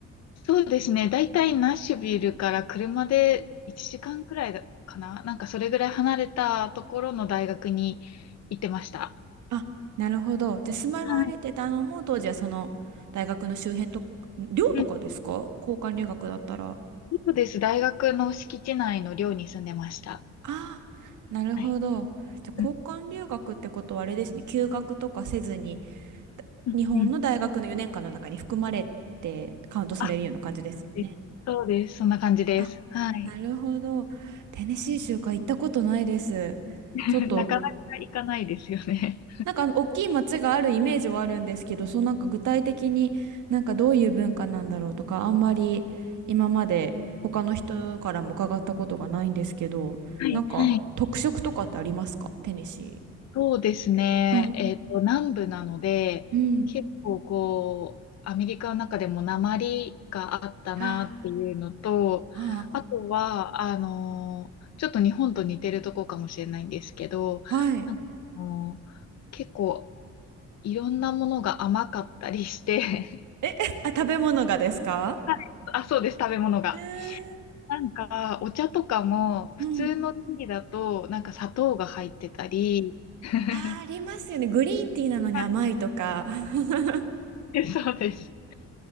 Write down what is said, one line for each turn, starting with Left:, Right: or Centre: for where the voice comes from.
Left: そうですね。だいたいナッシュビルから車で1時間くらいだかな。なんかそれぐらい離れたところの大学に行ってました。
Right: あ、なるほど。で、住まわれてたのも、
Left: はい。
Right: 当時はその大学の周辺と、寮とかですか交換留学だったら。
Left: うん。そうです。大学の敷地内の寮に住んでました。
Right: ああ、なるほど。
Left: はい。
Right: じゃあ、
Left: うん。
Right: 交換留学ってことはあれですね。休学とかせずに、だ日本の大学の4年間の中に含まれてカウントされるような感じですよね。
Left: うん。うんあえそうです。そんな感じです。
Right: あ、
Left: はい。
Right: なるほど。テネシー州か行ったことないです。
Left: <laughs>
Right: ちょっと
Left: なかなか行かないですよね。
Right: なんかあの大きい町があるイメージはあるんですけど、そうなんか具体的になんかどういう文化なんだろうとか、あんまり今まで他の人からも伺ったことがないんですけど、
Left: はい。
Right: なんか特色とかってありますかテネシ
Left: はい。そうですね。
Right: ー。はい。
Left: えっと、南部なので、
Right: うん。
Left: 結構こう、アメリカの中でも訛りがあったなっていうのと、
Right: ああ、
Left: あとは、あのーちょっと日本と似てるとこかもしれないんですけど、
Right: はい。
Left: なんかあのー結構いろんなものが甘かったりして、
Right: え、えあ、食べ物がですか
Left: <laughs> はいあ、そうです、食べ物が。
Right: えー
Left: なんか、お茶とかも、普通のティーだと、
Right: うん。
Left: なんか砂糖が入ってたり、<laughs>
Right: あー、ありますよね。グリーンティーなのに甘いとか。
Left: は
Right: <laughs>
Left: いそうです。